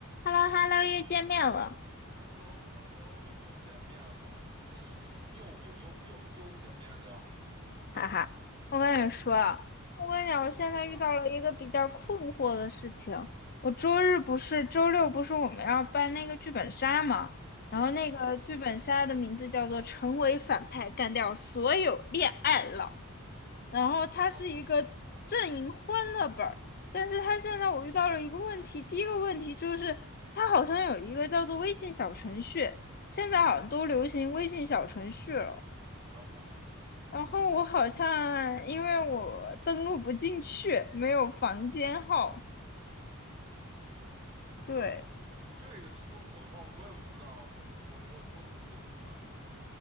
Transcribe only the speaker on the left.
h e l l o h e l l o 又见面了，
哈哈。我跟你说啊，我跟你讲，我现在遇到了一个比较困惑的事情。
我周日不是，周六不是我们要办那个剧本杀嘛？
然后那个剧本杀的名字叫做“成为反派，
干掉所有恋爱脑”。然后它是一个阵营欢乐本儿，
但是它现在我遇到了一个问题。第一个问题就是，它好像有一个叫做微信小程序，现在好像都流行微信小程序了。
然后我好像因为我登录不进去，没有房间号。对，